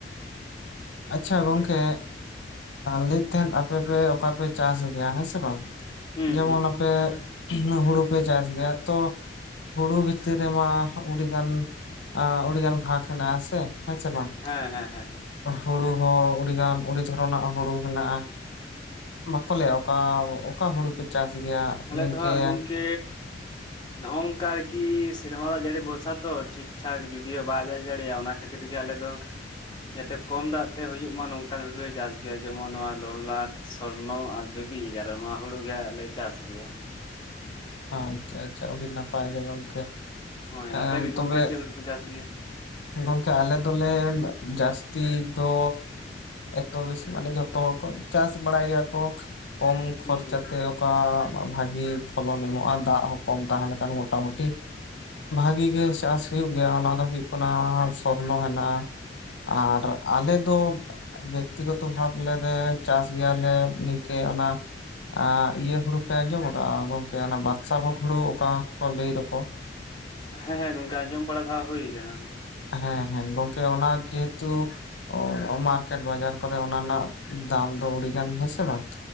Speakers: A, on the left; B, on the left.
A: ᱟᱪᱪᱷᱟ ᱜᱚᱝᱠᱮ
B: ᱦᱳᱭ
A: ᱞᱟᱹᱭᱮᱫ ᱛᱟᱦᱮᱸᱱ ᱟᱯᱮ ᱯᱮ ᱚᱠᱟ ᱯᱮ ᱪᱟᱥ ᱜᱮᱭᱟ ᱦᱮᱸ ᱥᱮ ᱵᱟᱝ
B: ᱦᱩᱸ
A: ᱡᱮᱢᱚᱱ
B: ᱦᱩᱸ ᱦᱩᱸ
A: ᱟᱯᱮ ᱦᱩᱲᱩ ᱯᱮ ᱪᱟᱥ ᱜᱮᱭᱟ ᱛᱚ᱾ ᱦᱩᱲᱩ ᱵᱷᱤᱛᱤᱨ ᱨᱮᱢᱟ ᱟᱹᱰᱤ ᱜᱟᱱ ᱟᱹᱰᱤ ᱜᱟᱱ ᱵᱷᱟᱜᱽ ᱦᱮᱱᱟᱜ ᱦᱮᱸ ᱥᱮ ᱵᱟᱝ
B: ᱦᱮᱸ ᱦᱮᱸ ᱦᱮᱸ ᱦᱮᱸ
A: ᱦᱩᱲᱩ ᱦᱚᱸ ᱟᱹᱰᱤᱜᱟᱱ ᱟᱹᱰᱤ ᱫᱷᱚᱨᱚᱱᱟᱜ ᱦᱩᱲᱩ ᱢᱮᱱᱟᱜᱼᱟ᱾ ᱵᱟᱠᱚ ᱞᱟᱹᱭᱟ ᱚᱠᱟ ᱚᱠᱟ ᱦᱩᱲᱩ ᱯᱮ ᱪᱟᱥ ᱜᱮᱭᱟ
B: ᱟᱞᱮ
A: ᱱᱤᱝᱠᱟᱹ
B: ᱫᱚ ᱦᱟᱜ ᱜᱚᱝᱠᱮ ᱱᱚ ᱚᱱᱠᱟ ᱟᱨᱠᱤ ᱥᱮᱨᱢᱟ ᱫᱟᱜ ᱡᱟᱹᱲᱤ ᱵᱷᱚᱨᱥᱟ ᱛᱚ ᱴᱷᱤᱠ ᱴᱷᱟᱠ ᱡᱩᱫᱤᱭᱳ ᱵᱟᱭ ᱫᱟᱜ ᱫᱟᱲᱮᱭᱟᱜᱼᱟ ᱚᱱᱟ ᱠᱷᱟᱹᱛᱤᱨ ᱜᱮ ᱟᱞᱮ ᱫᱚ
A: <inaudible>
B: ᱡᱟᱛᱮ ᱠᱚᱢ ᱫᱟᱜ ᱛᱮ ᱦᱩᱭᱩᱜ ᱢᱟ ᱱᱚᱝᱠᱟᱱ ᱦᱩᱲᱩ ᱞᱮ ᱪᱟᱥ ᱜᱮᱭᱟ ᱡᱮᱢᱚᱱ ᱱᱚᱣᱟ ᱞᱚᱞᱟᱴ ᱥᱚᱨᱱᱚ ᱟᱨ ᱵᱤᱵᱤ ᱮᱜᱟᱨ ᱟᱨ ᱱᱚᱣᱟ ᱦᱩᱲᱩ ᱜᱮ ᱦᱟᱸᱜ ᱞᱮ ᱪᱟᱥ ᱜᱮᱭᱟ᱾
A: ᱟᱪᱪᱷᱟ ᱟᱪᱪᱷᱟ᱾ ᱟᱵᱤ ᱱᱟᱞᱟᱶ ᱜᱮ ᱜᱚᱝᱠᱮ
B: ᱦᱳᱭ
A: ᱮᱸ
B: ᱟᱯᱮ ᱜᱮ
A: ᱛᱚᱵᱮ
B: ᱜᱚᱝᱠᱮ ᱪᱮ ᱦᱩᱵᱬᱩ ᱯᱮ ᱪᱟᱥ ᱜᱮᱭᱟ?
A: ᱜᱚᱝᱠᱮ ᱟᱞᱮ ᱫᱚᱞᱮ ᱡᱟᱹᱥᱛᱤ ᱫᱚ ᱮᱛᱚ ᱵᱮᱥ ᱢᱟᱱᱮ ᱡᱚᱛᱚ ᱦᱚᱲ ᱠᱚ ᱪᱟᱥ ᱵᱟᱲᱟᱭ ᱜᱮᱭᱟ ᱠᱚ᱾ ᱠᱚᱢ ᱠᱷᱚᱨᱪᱟ
B: ᱦᱩᱸ ᱦᱩᱸ
A: ᱛᱮ ᱚᱠᱟ ᱵᱷᱟᱜᱤ ᱯᱷᱚᱞᱚᱱ ᱧᱟᱢᱚᱜ ᱼᱟ ᱫᱟᱜ ᱦᱚᱸ ᱠᱚᱢ ᱛᱟᱦᱮᱸᱱᱠᱷᱟᱱ ᱢᱚᱴᱟᱢᱩᱴᱤ ᱵᱷᱟᱹᱜᱤ ᱜᱮ ᱪᱟᱥ ᱦᱳᱭᱳ ᱜᱮᱭᱟ ᱚᱱᱟ ᱫᱚ ᱦᱳᱭᱳᱜ ᱠᱟᱱᱟ ᱥᱚᱨᱱᱚ ᱦᱮᱱᱟᱜᱼᱟ ᱟᱨ ᱟᱞᱮ ᱫᱚ ᱵᱮᱠᱛᱤᱜᱚᱛᱚ ᱵᱷᱟᱵ ᱞᱮᱨᱮ ᱪᱟᱥ ᱜᱮᱭᱟᱞᱮ ᱱᱤᱝᱠᱟᱹ ᱚᱱᱟ ᱟ ᱤᱭᱟᱹ ᱦᱩᱲᱩ ᱯᱮ ᱟᱸᱡᱚᱢ ᱠᱟᱜᱼᱟ ᱜᱚᱝᱠᱮ? ᱮ ᱚᱱᱟ ᱵᱟᱫᱥᱟ ᱵᱷᱳᱜ ᱦᱩᱲᱩ ᱚᱠᱟ ᱠᱚ ᱞᱟᱹᱭ ᱫᱟᱠᱚ
B: ᱦᱮᱸ ᱦᱮᱸ ᱜᱚᱝᱠ ᱟᱸᱡᱚᱢ ᱵᱚᱲ ᱫᱷᱟᱶ ᱦᱩᱭ ᱠᱟᱱᱟ
A: ᱦᱮᱸ ᱦᱮᱸ ᱜᱚᱝᱠᱮ ᱚᱱᱟ ᱡᱮᱦᱮᱛᱩ ᱚ ᱢᱟᱨᱠᱮᱴ ᱵᱟᱡᱟᱨ ᱠᱚᱨᱮ ᱚᱱᱟ ᱨᱮᱱᱟᱜ ᱫᱟᱢ ᱫᱚ ᱟᱰᱤᱜᱟᱱ ᱦᱮᱸ ᱥᱮ ᱵᱟᱝ